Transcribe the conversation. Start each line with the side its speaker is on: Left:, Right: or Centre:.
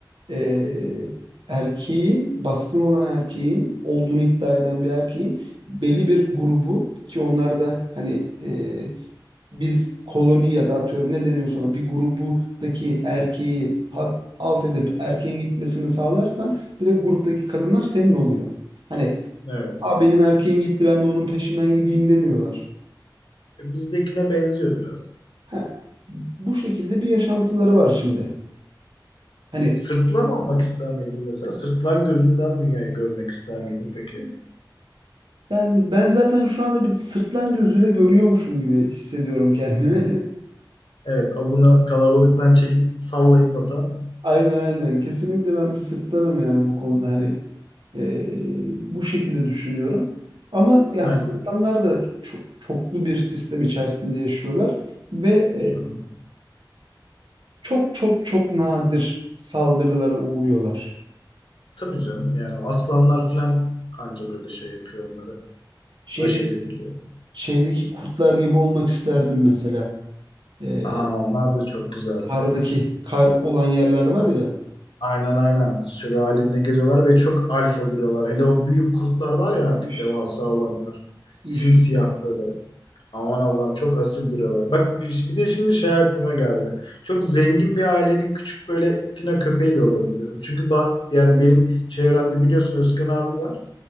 Right: eee, erkeğin baskın olan erkeğin olduğunu iddia eden bir erkeğin belli bir grubu ki onlar da hani eee bir koloni ya da atıyorum ne deniyorsa ona bir grubudaki erkeği ha- alt edip erkeğin gitmesini sağlarsan direkt gruptaki kadınlar senin oluyor. Hani
Left: evet.
Right: Aa, benim erkeğim gitti ben de onun peşinden gideyim demiyorlar.
Left: Bizdekine benziyor biraz.
Right: Ha, bu şekilde bir yaşantıları var şimdi. Hani
Left: Sırtlan olmak ister miydin mesela? Sırtlan gözünden dünyayı görmek ister miydin peki?
Right: ben, ben zaten şu anda bir sırtlan gözüyle görüyormuşum gibi hissediyorum kendimi.
Left: Evet avını kalabalıktan çekip sallayıp atan.
Right: <laughs> Aynen aynen. Kesinlikle ben bir sırtlanım yani bu konuda hani eee, bu şekilde düşünüyorum. Ama yani
Left: Aynen.
Right: sırtlanlar da ço- çoklu bir sistem içerisinde yaşıyorlar ve
Left: Hı hı.
Right: çok çok çok nadir saldırılara uğruyorlar.
Left: Tabii canım yani aslanlar falan anca böyle şey yapıyor onlara.
Right: Şeydeki,
Left: baş edebiliyor.
Right: şeydeki kurtlar gibi olmak isterdim mesela. Ee,
Left: Aa, onlar da çok güzel.
Right: kardaki kar olan yerler var ya.
Left: Aynen aynen. Sürü halinde geziyorlar ve çok alfa duruyorlar. Hele o büyük kurtlar var ya artık
Right: Üf,
Left: devasa olanlar. Simsiyah
Right: üf.
Left: böyle. Aman Allah'ım çok asil duruyorlar. Bak bir bir de şimdi şey aklıma geldi. Çok zengin bir ailenin küçük böyle fino köpeği de olabilirim. Çünkü bak yani benim çevremde biliyorsun Özkan abi var.